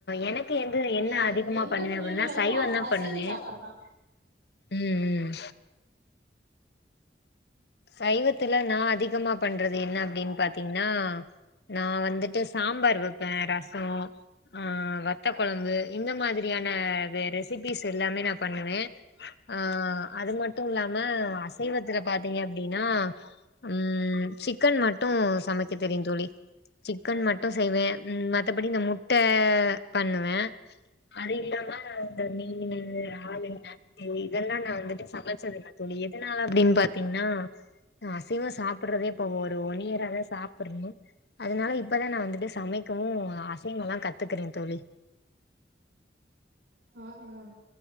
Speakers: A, on the left; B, on the right.
A: எனக் கு எந்து என்ன
B: எங்
A: அதிகமா
B: எங்க
A: பண்ணுவே
B: ஃபுல்லுமே
A: அப்டினா
B: வந்து
A: சைவந்தா
B: அ அசைவ
A: பண்ணுவே
B: சாப்பாடு தா
A: ம் ம் சைவத்துல நா அதிகமா பண்றது என்ன அப்டின் பாத்தீங்கன்னா நா வந்துட்டு சாம்பார் வெப்பே ரசோ ஆ வத்தக் கொழம்பு இந்த மாதிரியான ரெ ரெசிபிஸ் எல்லாமே நா பண்ணுவே ஆ அது மட்டு இல்லாம அசைவத்துல பாத் தீங்க அப்டின்னா ம் சிக்கன் மட்டு சமைக்க தெரியு தோழி சிக்கன் மட்டு செய்வே ம் மத்தபடி இந்த முட்ட பண்ணுவே அது இல்லாம இந்த மீனு இறாலுங்க சேரி இதல்லா நா வந்துட்டு சமச்சதில்ல தோழி எதுனால அப்டின் பாத் தீங்னா நா அசைவொ சாப்புட்றதே இப்போ ஒரு ஒன் இயரா சாப்புர்ணு அதுனால இப்பதா நா வந்துட்டு சமைக்கவு அசைவொலா கத்துக்குறே தோழி
B: ம் ம்